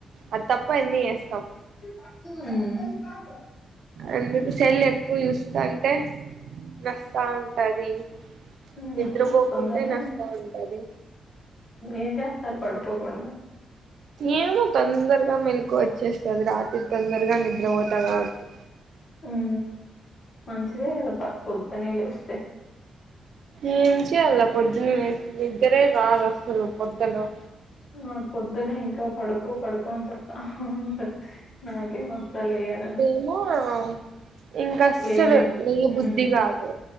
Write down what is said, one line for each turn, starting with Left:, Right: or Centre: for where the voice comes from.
Right: అది తప్పవన్ని ఏస్తాం
Left: ఉ
Right: అందుకు సెల్ ఎక్కువ చూస్త అంటే నస్తా ఉంటది
Left: మ్మ్
Right: నిద్రపోకుంటే
Left: తొందరలో
Right: నస్తా ఉంటది
Left: ఏం చేస్తారు పడుకోకుండా
Right: ఏమో తొందరగా మెల్కు వచ్చేస్తది రాత్రి తొందరగా నిద్ర పోతా కాబట్టి
Left: ఉ మంచిదే కదా పొద్దునే లేస్తే
Right: ఏం చేయాల పొద్దునే లేసి నిద్దరే రాదు అసలు పొద్దున
Left: నాకు పొద్దునే ఇంకా పడుకో పడుకో అని చెప్తా ఉంట నాకేమో అసల్ లేయాలని
Right: నువ్వు ఇంకా అస్సలు
Left: లేలేం
Right: లేయబుద్ధి
Left: మ్మ్
Right: కాదు